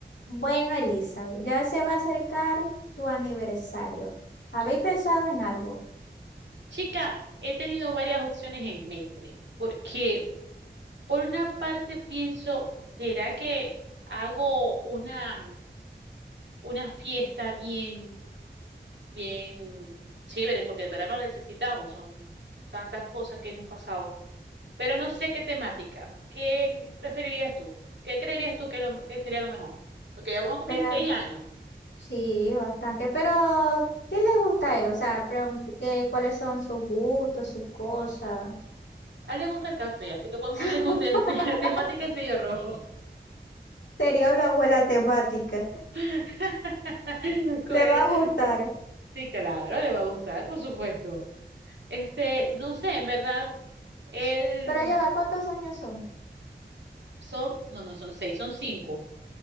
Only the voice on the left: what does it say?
Bueno, Elizabeth, ya se va a acercar tu aniversario. ¿Habéis
pensado en algo?
Pero
sí, bastante. Pero, ¿qué le gusta a él? O sea, pregun- ¿qué, cuáles son sus gustos, sus cosas?
<laughs>
Sería una buena temática.
Le va a gustar.
Pero ya va, ¿cuántos años son?